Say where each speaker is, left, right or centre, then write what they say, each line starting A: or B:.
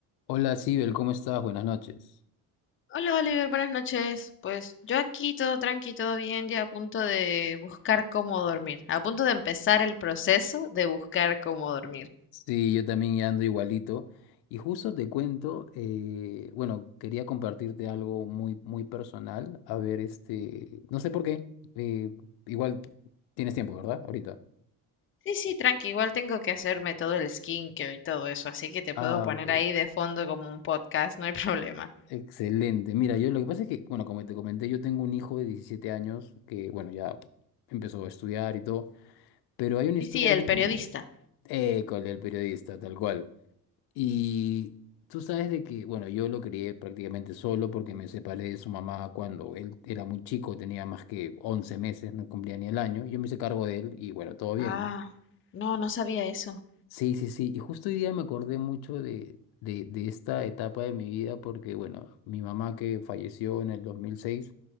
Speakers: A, on the left; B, on the left.
A: Hola, Sibel, ¿cómo estás? Buenas noches.
B: Hola Oliver, buenas noches. Pues yo aquí todo tranqui, todo bien, ya a punto de buscar cómo dormir, a punto de empezar el proceso de buscar cómo dormir.
A: Sí, yo también ya ando igualito. Y justo te cuento, eh, bueno, quería compartirte algo muy, muy personal. A ver, este, no sé por qué. eh, igual tienes tiempo, ¿verdad? Ahorita.
B: Sí, sí, tranqui, igual tengo que hacerme todo el skincare y todo eso, así que te
A: Ah,
B: puedo poner
A: ok.
B: ahí de fondo como un podcast, no hay <laughs> problema.
A: Excelente. Mira, yo lo que pasa es que, bueno, como te comenté, yo tengo un hijo de 17 años que, bueno, ya empezó a estudiar y todo, pero hay una
B: Sí,
A: historia...
B: sí, el
A: bien-
B: periodista.
A: Eh, con el periodista, tal cual. Y tú sabes de que, bueno, yo lo crié prácticamente solo porque me separé de su mamá cuando él era muy chico, tenía más que 11 meses, no cumplía ni el año. Yo me hice cargo de él y bueno, todo bien,
B: Ah,
A: ¿no?
B: no, no sabía eso.
A: Sí, sí, sí. Y justo hoy día me acordé mucho de, de, de esta etapa de mi vida porque, bueno, mi mamá que falleció en el 2006